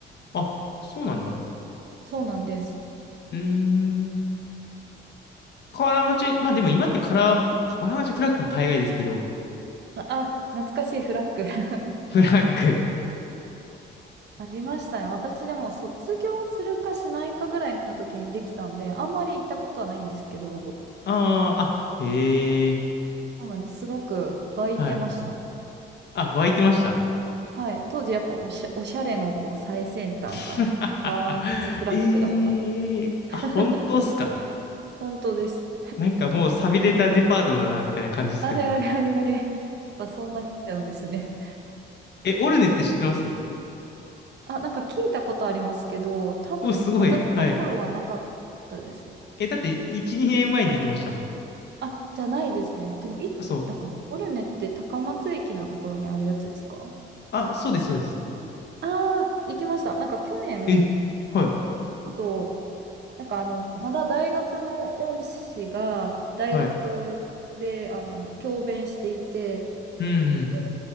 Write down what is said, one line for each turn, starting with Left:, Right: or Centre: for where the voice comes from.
Left: あ、そうなんだ。う
Right: そうなんです。
Left: ーん。河原町、まあでも今ってカラー、河原町フラッグも大概ですけど、
Right: あ、あ懐かしいフラッグ <laughs>
Left: フラッグ。
Right: ありましたね。私でも卒業するかしないかぐらいの時にできたんで、あんまり行ったことはないんですけど、
Left: ああ、あ、へえ。
Right: そうなんです。すごく湧いてましたね。
Left: はい。あ、湧いてました。
Right: はい、当時やっぱおしゃ、おしゃれのこう最先端が河原町スラックだったんで。
Left: <laughs> ええあ、
Right: <laughs>
Left: 本当っすか。
Right: 本当です。
Left: なんかもう寂れたデパートだな、みたいな感じですけど。
Right: あれあれあれあれ。やっぱそうなっちゃうんですね。
Left: え、オルネって知ってます
Right: あ、なんか聞いたことありますけど、多分私の頃はなかったですね。
Left: お、すごい。はい。え、だって、1、2年前にできましたもん。
Right: あ、じゃないですね。でも行ったかな。
Left: そう。
Right: オルネって高松駅のところにあるやつですか
Left: あ、そうです、そうです。
Right: ああー、行きました。なんか去年、
Left: え、はい。
Right: ちょっとなんかあの、まだ大学の恩師が大学であの教鞭していて、
Left: はい。うんうん。
Right: で、